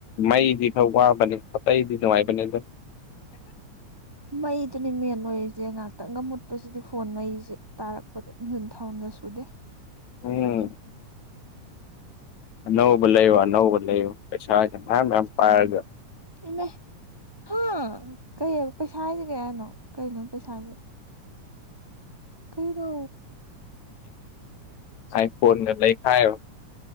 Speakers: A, on the left; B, on the right.
A: ꯃꯩꯗꯤ ꯈꯔ ꯋꯥꯕꯅꯦ ꯑꯇꯩꯗꯤ ꯅꯨꯡꯉꯥꯏꯕꯅꯦ ꯑꯗꯨꯣ
B: ꯃꯩꯗꯨꯅꯤ ꯃꯦꯟ ꯑꯣꯏꯔꯤꯁꯦ ꯉꯥꯏꯍꯥꯛꯇꯪꯒ ꯃꯨꯠꯄꯁꯤꯗꯤ ꯐꯣꯟ ꯃꯩꯁꯦ ꯇꯥꯔꯛꯄꯗ ꯃꯤꯍꯨꯟ ꯊꯧꯟꯒ ꯁꯨꯗꯦ
A: ꯎꯝ ꯑꯅꯧꯕꯨ ꯂꯩꯌꯣ ꯑꯅꯧꯕꯕꯨ ꯂꯩꯌꯣ ꯄꯩꯁꯥ ꯄꯔꯒ
B: ꯏꯃꯦ ꯍꯥꯥ ꯀꯩꯕ ꯄꯩꯁꯥ ꯍꯥꯏꯁꯦ ꯀꯌꯥꯅꯣ ꯀꯩꯅꯣ ꯄꯩꯁꯥꯁꯦ ꯀꯗꯣ
A: ꯑꯩ ꯐꯣꯟ ꯂꯈꯥꯏꯣ